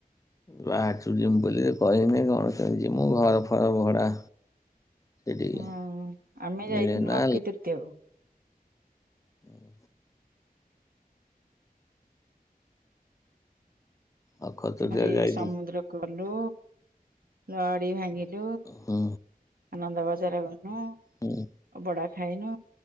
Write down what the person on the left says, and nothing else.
ବାହାରିଛୁ ଜୀମୁ ବୋଲି କହିନି କଣ କେମିତି ଯୀମୁ ଘର ଫର ଭଡା। ସେଠିକି
ମିଳେ
ନା
ହୁଁ। ଅକ୍ଷୟ ତୃତୀୟା
ଯାଇଥିଲି
ହୁଁ।
<unintelligible>